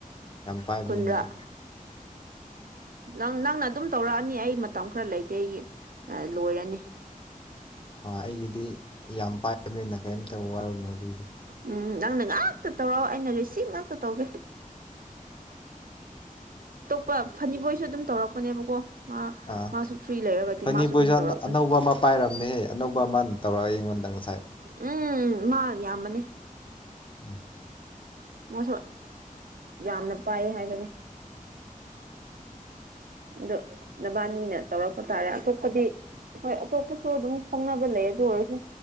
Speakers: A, on the left; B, on the right.
A: ꯌꯥꯝ ꯄꯥꯏꯕꯅꯦ
B: ꯀꯨꯟꯗ꯭ꯔꯥ
A: ꯃꯤꯗꯤ
B: ꯅꯪ ꯅꯪꯅ ꯑꯗꯨꯝ ꯇꯧꯔꯛꯑꯅꯤ ꯑꯩ ꯃꯇꯝ ꯈꯔ ꯂꯩꯇꯦ ꯑꯩꯒꯤ ꯂꯣꯏꯔꯅꯤ
A: ꯍꯣꯏ ꯑꯩꯒꯤꯗꯤ ꯌꯥꯝ ꯄꯥꯏꯕꯅꯤꯅ ꯀꯔꯤꯝꯇ ꯋꯥꯔꯨꯅꯨ ꯑꯗꯨꯒꯤꯗꯤ
B: ꯎꯝ ꯅꯪꯅ ꯉꯥꯛꯇ ꯇꯧꯔꯛꯑꯣ ꯑꯩꯅ ꯔꯤꯁꯤꯞ ꯉꯥꯛꯇ ꯇꯧꯒꯦ ꯄꯥ ꯐꯅꯤꯕꯣꯏꯁꯨ ꯑꯗꯨꯝ ꯇꯧꯔꯛꯄꯅꯦꯕꯀꯣ ꯃꯥ
A: ꯑꯥ
B: ꯃꯥꯁꯨ ꯐ꯭ꯔꯤ ꯂꯩꯔꯒꯗꯤ
A: ꯐꯅꯤ
B: ꯃꯥꯁꯨ
A: ꯕꯣꯏꯁꯨ
B: ꯑꯗꯨꯝ ꯇꯧꯔꯛꯄꯅꯤ
A: ꯑꯅꯧꯕ ꯑꯃ ꯄꯥꯏꯔꯝꯅꯦꯍꯦ ꯑꯅꯧꯕ ꯑꯃꯅ ꯇꯧꯔꯒ ꯑꯩꯉꯣꯟꯗꯪ ꯉꯁꯥꯏ
B: ꯎꯝ ꯃꯥꯟ ꯌꯥꯝꯕꯅꯤ
A: <inaudible>
B: ꯃꯁꯨ ꯌꯥꯝꯅ ꯄꯥꯏꯌꯦ ꯍꯥꯏꯕꯅꯤ ꯑꯗꯣ ꯅꯕꯥꯅꯤꯅ ꯇꯧꯔꯛꯄ ꯇꯥꯔꯦ ꯑꯇꯣꯞꯄꯗꯤ ꯍꯣꯏ ꯑꯇꯣꯞꯄꯁꯨ ꯑꯗꯨꯝ ꯈꯪꯅꯕ ꯂꯩ ꯑꯗꯨ ꯑꯣꯏꯔꯁꯨ